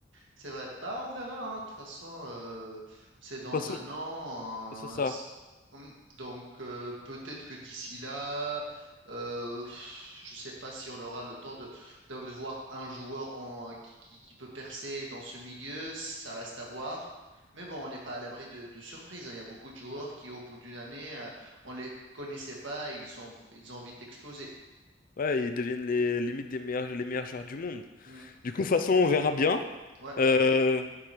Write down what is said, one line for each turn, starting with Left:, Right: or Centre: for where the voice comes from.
Right: C'est vrai. Bah, on verra, hein. De toute façon, euh, c'est dans
Left: toute façon,
Right: un an.
Left: c'est ça.
Right: euh, s- hum, donc, euh, peut-être que d'ici là, euh, pff, je sais pas si on aura le temps de, de de voir un joueur en- qui, qui- qui peut percer dans ce milieu. Ça reste à voir. Mais bon, on n'est pas à l'abri de, de surprises. hein. Il y a beaucoup de joueurs
Left: Mm.
Right: qui, au bout d'une année, euh, on les connaissait pas et ils ont, ils ont vite explosé.
Left: Ouais, ils deviennent les limites des meilleurs, les meilleurs joueurs du monde.
Right: Hum,
Left: Du coup, de toute façon, on verra bien.
Right: Ouais,
Left: Euh,